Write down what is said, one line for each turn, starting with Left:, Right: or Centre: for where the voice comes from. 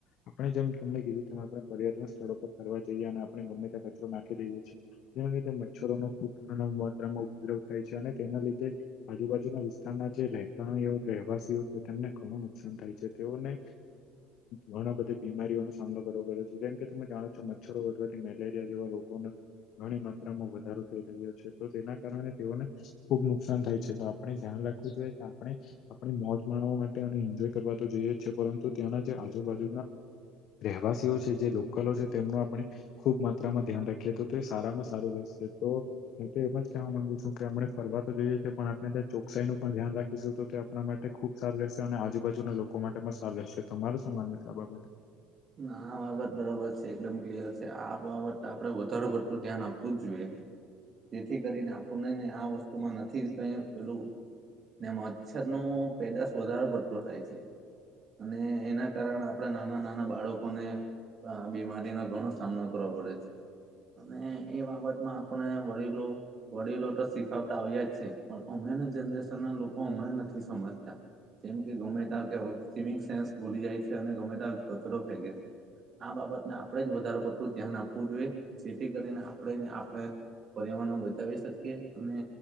Left: આપણે જેમ તમને કીધું તેમ આપણે પર્યટન સ્થળો પર ફરવા જઈએ. આપણે ગમે તે કચરો નાખી દઈએ છીએ જેના લીધે મચ્છરોનો <unintelligible> બ ઘણા માત્રામાં ઉપયોગ થાય છે. અને તેના લીધે આજુબાજુના વિસ્તારના જે રહેતાણી રહેવાસીઓ છે તેમને ઘણું <unintelligible> ાન થાય છે તેઓને ઘણા બધી બીમારીઓનો સામનો કરવો પડે છે જેમ કે તમે જાણો છો મચ્છરો વધવાથી મેલેરિયા જેવા રોગોને ઘણી માત્રામાં વધારો થઈ તો તેના કારણે તેઓને ખુબ નુકસાન થાય છે તો આપણે ધ્યાન રાખવું જોઈએ કે આપણે. <inaudible> મોજ માણવા માટે અને એન્જોય કરવા તો જઈએ જ છે. પરંતુ ત્યાંના જે આજુબાજુના રહેવાસીઓ છે જે લોકલો છે તેમનું આપણે ખુબ માત્રામાં ધ્યાન રાખીએ તો એ સારામાં સારું રહેશે એ‌ તો હુ તો એમ જ કવા માંગુ છું કે આપણે ફરવા તો જોઈએ છીએ પણ આપણેે ત્યાં ચોકસાઈ નું પણ ધ્યાન રાખીશું. તો તે આપણા માટે ખુબ સારું રહેશે અને આજુબાજુના લોકો માટે પણ સારું રહેશે તમારે શું માન છે આ બાબત.
Right: ના આ બાબત બરાબર છે એકદમ ક્લિયર આ બાબત આપણે વધારે પડતું ધ્યાન આપવું જ જોઈએ. જેથી કરીને આપણને આ વસ્તુમાં નથી ક પેલું ને મચ્છર નો પેદાશ વધારે પડતો થાય છે. અને એના કારણે આપણા નાના નાના બા બાળકોને આ બીમારીનો ઘણો સામનો કરવો પડે છે અને એ બાબતમાં આપણે વડીલો વડીલો તો શીખાવતા આવ્યા જ છે પણ હમણાં જનરેશન ના લોકો હમણાં નથી સમજતા. જેમ કે ગમે ત્યાં કે સ્મિંગ સેન્સ ભૂલી જાય છે અને ગમે ત્યાં કચરો ફેેકે છે. આ બાબતને આપણે જ વધારે પડતું ધ્યાન આપવું જોઈએ જેથી કરીને આપણે આપણે પરિવાર ને બચાવી શકીએ અને